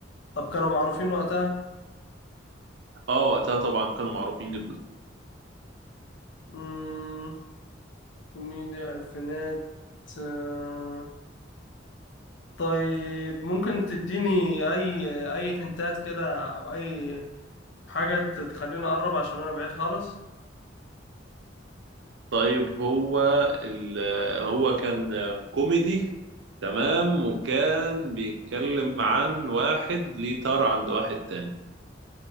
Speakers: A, on the left; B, on the right.
A: طب كانوا معروفين وقتها
B: اه وقتها طبعا كانوا معروفين جدا
A: مم، كوميديا الفينات آه. طيب ممكن تديني اي اي هنتات كده او اي حاجة تخليني اقرب عشان انا بعيد خالص
B: طيب هو ال... هو كان كوميدي تمام وكان بيتكلم عن واحد ليه طار عند واحد تاني